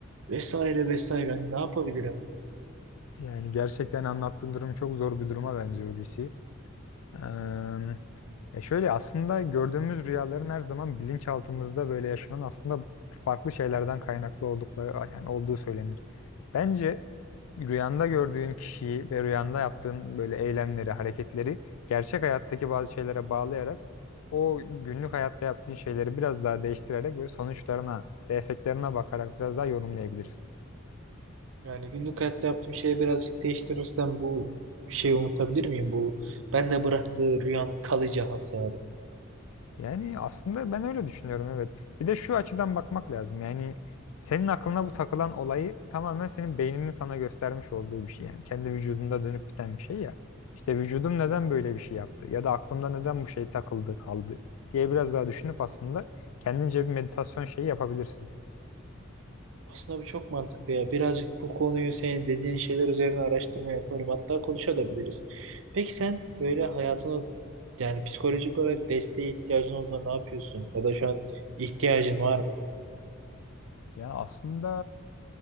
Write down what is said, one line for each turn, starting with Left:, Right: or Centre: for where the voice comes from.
Right: vesaire vesaire. Hani ne yapabilirim?
Left: Yani gerçekten anlattığın durum çok zor bir duruma benziyor Hulusi. Eee, e şöyle aslında gördüğümüz rüyaların her zaman bilinçaltımızda böyle yaşanan aslında farklı şeylerden kaynaklı oldukları yani olduğu söylenir. Bence rüyanda gördüğün kişiyi ve rüyanda yaptığın böyle eylemleri, hareketleri gerçek hayattaki bazı şeylere bağlayarak o günlük hayatta yaptığın şeyleri biraz daha değiştirerek ve sonuçlarına ve efektlerine bakarak biraz daha yorumlayabilirsin.
Right: Yani günlük hayatta yaptığım şeyi birazcık değiştirirsem bu şeyi unutabilir miyim? Bu ben de bıraktığı rüyanın kalıcı hasarı.
Left: Yani aslında ben öyle düşünüyorum evet. Bir de şu açıdan bakmak lazım. Yani senin aklına bu takılan olayı tamamen senin beyninin sana göstermiş olduğu bir şey. Yani kendi vücudunda dönüp biten bir şey ya. İşte vücudum neden böyle bir şey yaptı ya da aklımda neden bu şey takıldı kaldı diye biraz daha düşünüp aslında kendince bir meditasyon şeyi yapabilirsin.
Right: Aslında bu çok mantıklı ya. Birazcık bu konuyu senin dediğin şeyler üzerine araştırma yaparım. Hatta konuşabiliriz. Peki sen böyle hayatını yani psikolojik olarak desteğe ihtiyacın olduğunda ne yapıyorsun? Ya da şu an ihtiyacın var mı?
Left: Ya aslında